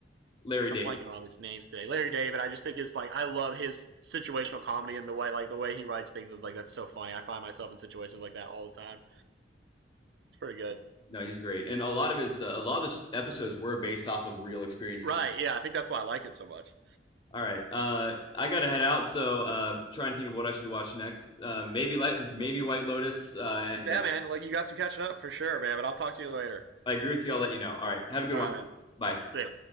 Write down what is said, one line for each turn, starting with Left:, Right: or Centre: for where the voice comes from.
Left: Larry David.
Right: I'm blanking on all these names today. Larry David, I just think is like I love his situational comedy and the way like the way he writes things is like that's so funny. I find myself in situations like that all the time. It's pretty good.
Left: No, he's great, and a lot of his uh, a lot of the episodes were based off of real experiences.
Right: Right, yeah, I think that's why I like it so much.
Left: All right, uh, I gotta head out, so uh, trying to think of what I should watch next. Uh, maybe like maybe White Lotus, uh, and
Right: Yeah,
Left: uh, if
Right: man, like you got some catching up for sure, man, but I'll talk to you later.
Left: I agree with you. I'll let you know. All right, have a good
Right: All
Left: one.
Right: right, man.
Left: Bye.
Right: See ya.